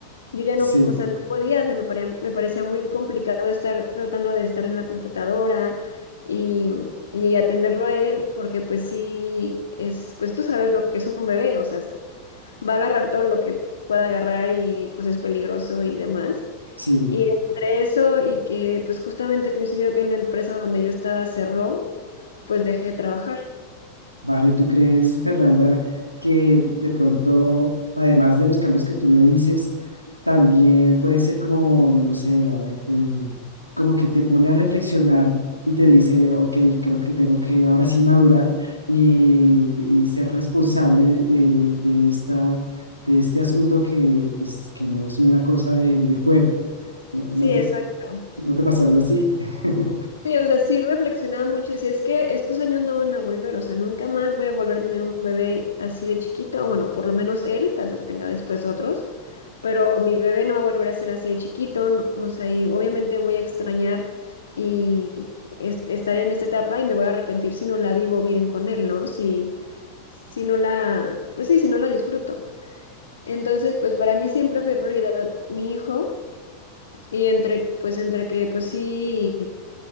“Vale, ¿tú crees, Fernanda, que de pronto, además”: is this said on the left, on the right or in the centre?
Right